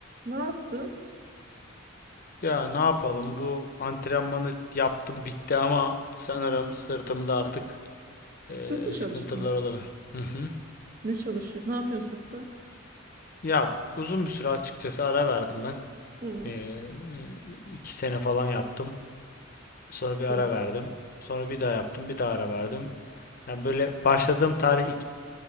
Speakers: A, on the right; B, on the left.
A: Ne yaptın?
B: Ya ne yapalım bu antrenmanı yaptım bitti ama sanırım sırtımda artık eee,
A: Sırt mı çalıştın?
B: sıkıntılar olabilir. Hı hı.
A: Ne çalışıyor? Ne yapıyorsun sırtta?
B: Ya uzun bir süre açıkçası ara verdim ben.
A: Hı.
B: Eee yani iki sene falan yaptım. Sonra bir ara
A: O.
B: verdim. Sonra bir daha yaptım, bir daha ara verdim. Yani böyle başladığım tarih